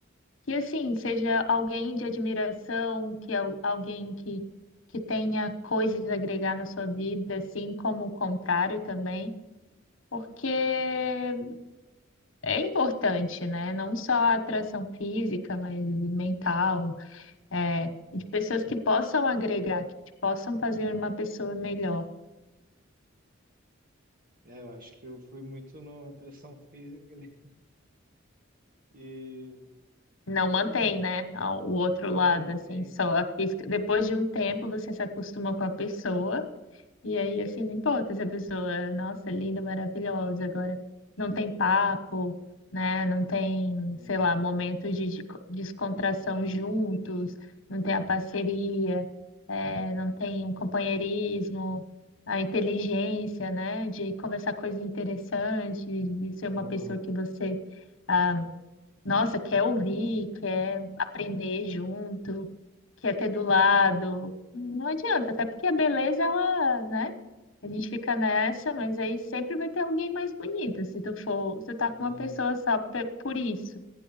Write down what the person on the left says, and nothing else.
que assim seja alguém de admiração, que é al- alguém que que tenha coisas a agregar na sua vida, assim como o contrário também, porque é importante, né? Não só a atração física, mas mental, é, de
pessoas
que possam agregar, que te possam fazer uma pessoa melhor.
Não mantém, né? ao- O outro
lado,
assim, só a física. Depois de um tempo, você se acostuma com a pessoa, e aí,
assim, não
importa se a pessoa, nossa, linda, maravilhosa, agora não tem papo, né? Não tem,
sei lá, momentos de de- descontração juntos, não tem a parceria, é, não tem um companheirismo, a inteligência, né? De conversar coisas interessantes, de ser
uma pessoa que você. ah, nossa, quer ouvir, quer aprender junto, quer ter do lado. Não adianta, até porque a beleza, ela, né? A gente fica nessa, mas aí sempre vai ter alguém mais bonito, se tu for, se tu
tá com uma pessoa só pe- por isso.